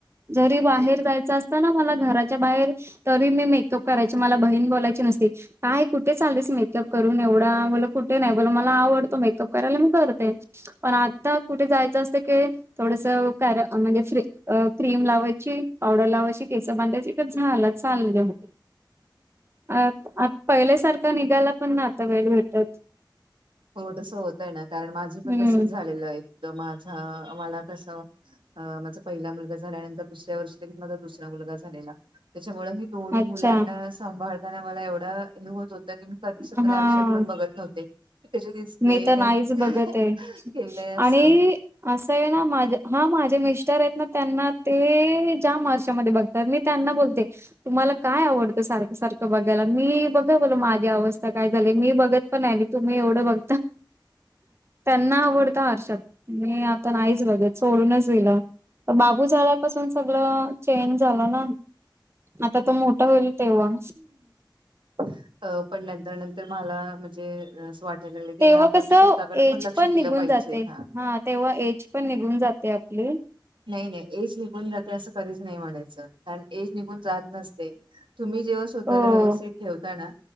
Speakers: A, on the right; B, on the right.
A: जरी बाहेर जायचं असत ना मला घराच्या बाहेर तरी मी मेकअप करायचे मला बहीण बोलायची नसती काय कुठे चालेस मेतलब करून एवढा मला कुठे नाही बला मला आवडतो मेकअप करायला मी करते पण आता कुठे जायचं असतं की थोडसं कार म्हणजे फ्री अ क्रीम लावायची पावडर लावायची केस बांधायची का झालं चालले हो अ आता पहिल्यासारखा निघायला पण ना आता वेळ भेटत
B: हो तसं होत आहे ना कारण माझे पण
A: हम्म
B: तसं झालेलं एक माझा मला कस अ माझा पहिला मुलगा झाल्या नंतर दुसऱ्यार्षी ले माझा दुसरा मुलगा झालेला त्याच्यामुळे दोन्ही
A: अच्छा
B: मुलांना सांभाळताना मला एवढा हे होत होतं की मी कधी
A: हा
B: क दिसते
A: मी तर
B: केलंय
A: नाहीच बघत आहे
B: अस
A: आणि असं आहे ना माझ हा माझे मिस्टर आहेत ना त्यांना ते ज्या वर्षामध्ये बघ तर मी त्यांना बोलते तुम्हाला काय आवडतं सारखं सारखं बघायला मी बघा बोल माझी अवस्था काय झाली मी बघत पण म तुम्ही एवढं बघ त्यांना आवडता हर्षद मी आता नाहीच बघत सोडूनच गलं तर बाबू झाल्यापासून सगळ चेंज झाला ना आता तो मोठा होईल तेव्हा
B: अ पण नंतर नंतर मला म्हणजे वाट त्याला लागलं की
A: तेव्हा
B: अरे आपण
A: कसं
B: स्वतःकडे
A: एज
B: पण लक्ष दिलं
A: निघून
B: पाहिजे
A: जाते
B: हा
A: तेव्हा एज पण निघून जाते आपली
B: नाही नाही एज निघून जाते असं कधीच नाही म्हणायचं कारण एज निघून जात नसते तुम्ही जेव्हा स्वतःला
A: हो
B: व्यवस्थित ठेवताना